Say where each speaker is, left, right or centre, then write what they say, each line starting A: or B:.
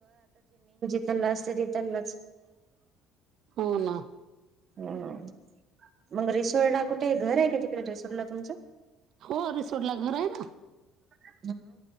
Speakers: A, on the right; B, on the right.
A: री.
B: हो ना
A: ह मग रिसोर्ट ला कुठे घर आहे काय तिकडे रिसोर्ट ला तुमचं.
B: हो रिसोर्ट ला घर आहे ना.
A: ह.